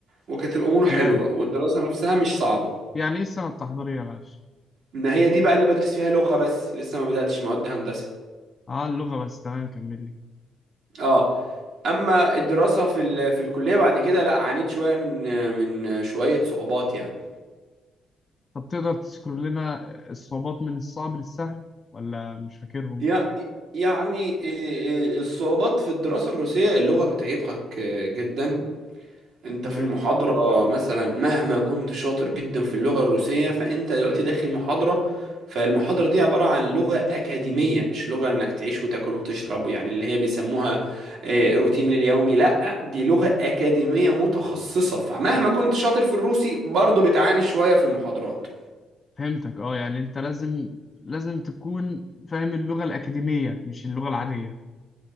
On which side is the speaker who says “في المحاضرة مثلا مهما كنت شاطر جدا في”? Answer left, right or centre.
Right